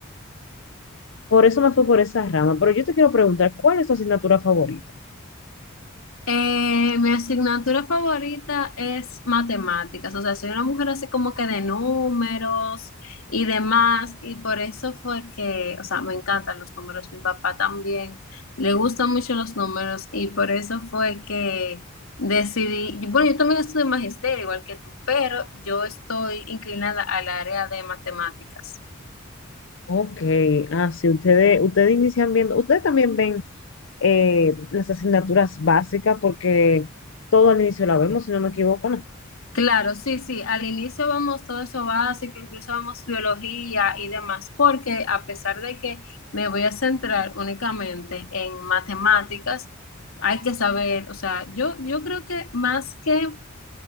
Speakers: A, on the left (about 65°); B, on the left (about 85°).
A: Por eso me fui por esa rama. Pero yo te quiero preguntar, ¿cuál es tu asignatura favorita?
B: Eh, mi asignatura favorita es matemáticas, o sea, soy una mujer así como que de números y demás, y por eso fue que, o sea, me encantan los números, mi papá también le gustan mucho los números y por eso fue que decidí, yo- bueno, yo también estudio magisterio igual que tú, pero yo estoy inclinada al área de matemáticas.
A: Ok, ah, sí, ustedes, ustedes inician viendo, ustedes también ven eh, las asignaturas básicas porque todo al inicio la vemos, si no me equivoco, ¿no?
B: Claro, sí, sí. Al inicio vemos todo eso básico, incluso vemos biología y demás, porque a pesar de que me voy a centrar únicamente en matemáticas, hay que saber, o sea, yo, yo creo que más que